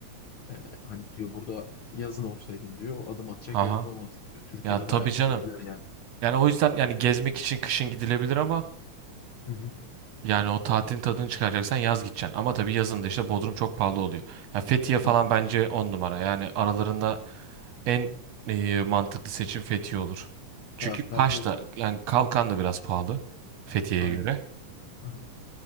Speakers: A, on the left; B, on the right.
A: E, hani diyor burada yazın olsaydın diyor adam atacak
B: Aha.
A: yer bulamazdın diyor. Türkiye'de
B: Ya tabii
A: bayağı bir
B: canım.
A: popüler yani.
B: Yani o yüzden yani gezmek için kışın gidilebilir ama
A: Hı hı.
B: yani o tatilin tadını çıkaracaksan yaz gideceksin. Ama tabii yazın da işte Bodrum çok pahalı oluyor. Ya Fethiye falan
A: Tabii.
B: bence on numara. Yani aralarında en e, mantıklı seçim Fethiye olur. Çünkü
A: Ya
B: Kaş
A: bence
B: da
A: de
B: yani Kalkan da biraz pahalı Fethiye'ye
A: aynen.
B: göre.
A: Aynen.